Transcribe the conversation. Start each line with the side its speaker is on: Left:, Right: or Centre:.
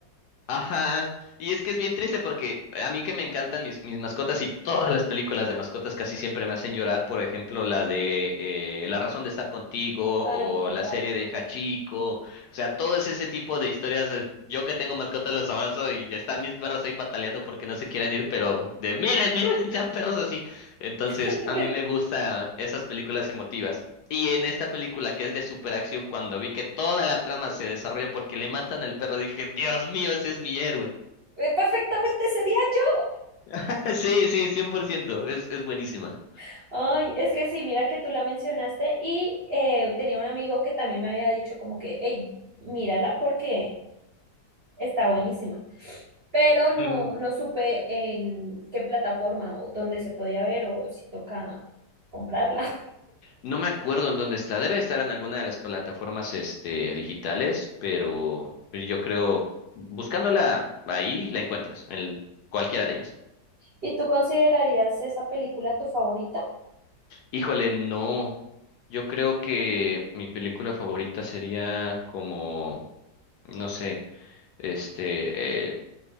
Left: Ajá, y es que es bien triste porque eh, a mí que me encantan mis, mis mascotas y todas las películas de mascotas casi siempre me hacen llorar, por ejemplo, la de eh, La razón de estar contigo
Right: Ay,
Left: o
Right: totalmente.
Left: la serie de Hachiko, o sea, todo ese ese tipo de historias, eh, yo que tengo mascotas los abrazo y están mis perros ahí pataleando porque no se quieren ir, pero de miren, miren, sean perros así. Entonces,
Right: <laughs>
Left: a mí me gustan esas películas emotivas. Y en esta película que es de superacción, cuando vi que toda la trama se desarrolla porque le matan al perro, dije, Dios mío, ese es mi héroe.
Right: Eh, Perfectamente sería yo.
Left: <laughs> Sí, sí, cien por ciento es, es buenísima.
Right: <laughs> Ay, es que sí, mira que tú la mencionaste y eh, tenía un amigo que también me había dicho como que, hey, mírala porque está buenísima, pero no,
Left: Ujú.
Right: no supe en qué plataforma o dónde se podía ver o si toca comprarla.
Left: No me acuerdo en dónde está, debe estar en alguna de las plataformas este, digitales, pero yo creo, buscándola ahí, la encuentras, en el- cualquiera de ellas.
Right: ¿Y tú considerarías esa película tu favorita?
Left: Híjole, no, yo creo que mi película favorita sería como, no sé, este, eh,